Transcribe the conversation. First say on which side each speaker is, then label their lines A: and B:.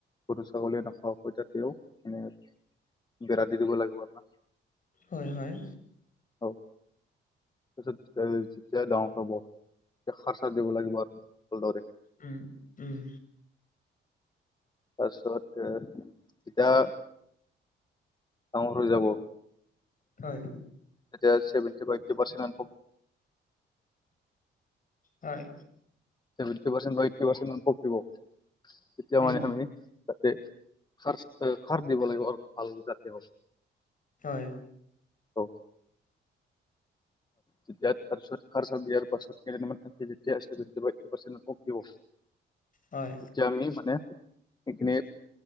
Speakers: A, on the left; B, on the left.
A: গৰু ছাগলীয়ে নাখাওকৈ যাতেও মানে বিৰা দিদিব লাগিব না।
B: হয় হয়।
A: অ'। তাৰপিছত যেতিয়া ডাঙৰ হব এতিয়া খাৰ-চাৰ দিব লাগিব আৰু ভালদৰে।
B: উম উম।
A: তাৰপিছত এতিয়া ডাঙৰ হৈ যাব
B: হয়
A: এতিয়া ভেটি <unintelligible>
B: হয়।
A: সৱেন্তি পৰ্চেন্ত এইটটি পৰ্চেন্ত মন পকিব তেতিয়া
B: উম
A: মানে আমি যাতে খাৰ-খাৰ দিব লাগিব ভাল যাতে হও।
B: হয়।
A: অ'। যেতিয়া তাৰপিছত খাৰ-চাৰ দিয়াৰ পাছত কেইদিন মান থাকি যেতিয়া সেৱেণ্টি ফিফটি পাৰ্চন্ত মান পকিব
B: হয়
A: এতিয়া আমি মানে সেইখিনি